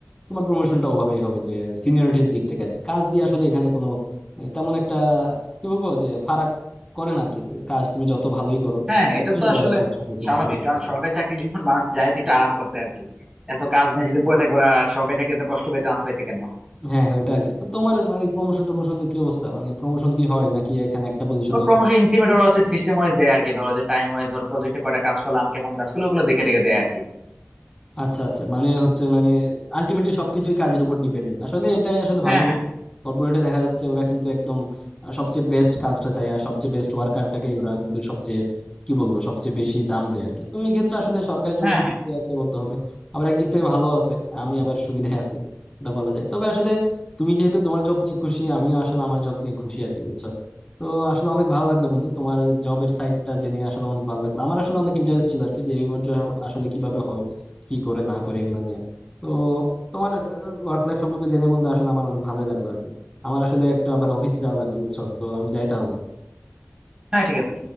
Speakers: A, on the left (about 20°); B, on the right (about 15°).
A: তোমার প্রমোশনটা ওভাবেই হবে যে সিনিয়রিটির দিক থেকে আর কি কাজ দিয়ে আসলে এখানে কোনো এ, তেমন একটা কি বলবো যে ফারাক করে না আর কি কাজ তুমি যত ভালোই করো
B: হ্যাঁ হ্যাঁ এটা
A: চলে
B: তো
A: যায়
B: আসলে
A: আর কি একসাথে প্রমোশন
B: স্বাভাবিক
A: করতে
B: কারণ
A: আর
B: সরকারি
A: কি
B: চাকরি যখন মানুষ যায় তো একটু আরাম করতে আর কি এত কাজ নিয়ে যদি পড়ে থাকে ওরা আর সরকারি চাকরি এত কষ্ট করে চান্স পাইছে কেন
A: হ্যাঁ হ্যাঁ ওটা আর কি তো তোমার মানে প্রমোশন টমোশন কি অবস্থা মানে প্রমোশন কি হয় নাকি এখানে একটা পজিশনে
B: ও প্রমোশন ইনক্রিমেন্ট ওরা হচ্ছে সিস্টেম ওয়াইজ দেয় আর কি ধরো যে টাইম ওয়াইজ ধরো প্রজেক্টে কয়টা কাজ করলাম কেমন কাজ করলো ওগুলো দেখে রেখে দেয় আর কি
A: আচ্ছা আচ্ছা মানে হচ্ছে মানে আলটিমেটলি সবকিছুই কাজের উপর ডিপেন্ডেন্ট আসলে এটাই আসলে
B: হ্যাঁ
A: ভালো বিষয়
B: হ্যাঁ
A: কর্পোরেটে দেখা যাচ্ছে ওরা কিন্তু একদম আহ, সবচেয়ে বেস্ট কাজটা চায় আর সবচেয়ে বেস্ট ওয়ার্কারটাকেই ওরা কিন্তু সবচেয়ে কি বলবো সবচেয়ে বেশি দাম দেয় আর কি তো এই ক্ষেত্রে আসলে সরকারি জব
B: হ্যাঁ
A: একটু
B: হ্যাঁ
A: পিছিয়ে আছে বলতে হবে আবার একদিক থেকে ভালো আছে আমি আবার সুবিধায় আছি এটা বলা যায় তবে আসলে তুমি যেহেতু তোমার জব নিয়ে খুশি আমিও আসলে আমার জব নিয়ে খুশি আর কি বুঝছো তো আসলে অনেক ভালো লাগলো বন্ধু তোমার জবের সাইডটা জেনে আসলে অনেক ভালো লাগলো আমার আসলে অনেক ইন্টারেস্ট ছিল আর কি যে রিমোট জব আসলে কিভাবে হয় কি করে না করে এগুলো নিয়ে তো তোমার ওয়ার্ক লাইফ সম্পর্কে জেনে বন্ধু আসলে আমার অনেক ভালোই লাগলো আর কি আমার আসলে একটা আবার অফিসে যাওয়া লাগবে বুঝছো তো আমি যাই তাহলে
B: হ্যাঁ ঠিক আছে